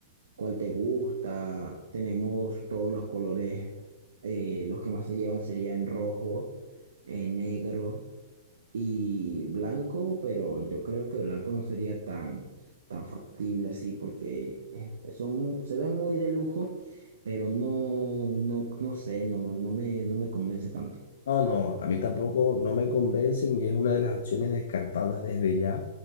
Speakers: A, on the right (about 70°); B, on the left (about 60°).
A: cuál te gusta. Tenemos todos los colores, eh, los que más se llevan serían rojo, eh, negro y blanco, pero yo creo que blanco no sería tan, tan factible así porque eh, pues, son, se ven muy de lujo, pero no, no, no sé, no, no me, no me convence tanto.
B: No, no, a mí tampoco no me convencen y es una de las acciones descartadas desde ya,